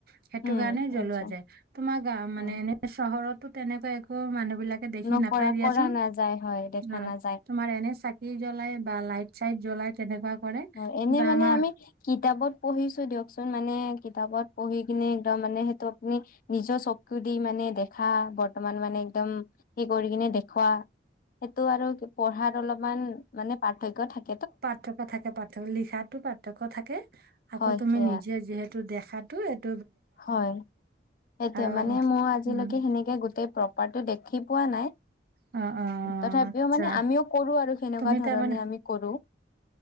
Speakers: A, on the right; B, on the left.
A: সেইটো
B: উম
A: কাৰণে জ্বলোৱা
B: আচ্ছা
A: যায় তোমাৰ গা মানে
B: অ
A: এনে চহৰত। তো তেনেকা একো মানুহ বিলাকে দেখি
B: নকৰা
A: নাপাই দিয়াচোন
B: কৰা নাযায়
A: অ
B: হয় দেখা নাযায়
A: তোমাৰ এনে চাকি জ্বলাই বা লাইট চাইট জ্বলাই তেনেকুৱা কৰে
B: হয় এনে
A: বা
B: মানে
A: আমাৰ
B: আমি কিতাপত পঢ়িছো দিয়কচোন মানে কিতাপত পঢ়ি কিনে একদম মানে সেইটো আপুনি নিজৰ চকু দি মানে দেখা বৰ্তমান মানে একদম সেই কৰি কিনে দেখুৱা সেইটো আৰু পঢ়াত অলপমান মানে পাৰ্থক্য থাকে।
A: পাৰ্থক্য থাকে পাৰ্থক্য লিখাতো পাৰ্থক্য থাকে
B: হয়
A: আকৌ তুমি
B: সেয়া
A: নিজে যিহেতু। এইটো দেখাতো এই।
B: হয় সেইটোয়ে,
A: আৰু
B: মানে মোৰ আজিলৈকে
A: উম
B: সেনেকে গোটেই প্ৰপাৰটো দেখি পোৱা। নাই
A: অ অ
B: তথাপিও
A: আচ্ছা
B: মানে আমিও কৰো আৰু সেনেকুৱা
A: তুমি
B: ধৰণে
A: তাৰমানে
B: আমি কৰো।